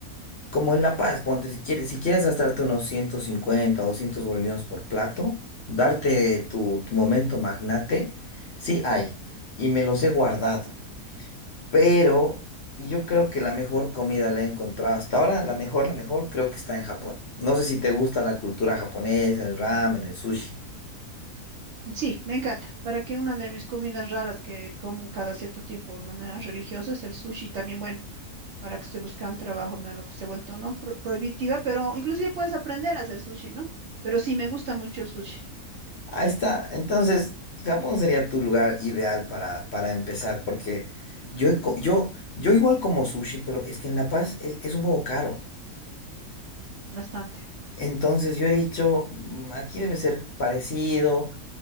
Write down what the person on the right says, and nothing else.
Sí, me encanta. Para que una de mis comidas raras que como cada cierto tiempo de manera religiosa es el sushi. También, bueno, ahora que estoy buscando trabajo, me lo que se ha vuelto, ¿no? Pro- prohibitiva, pero inclusive puedes aprender a hacer sushi, ¿no? Pero sí, me gusta mucho el sushi,
bastante.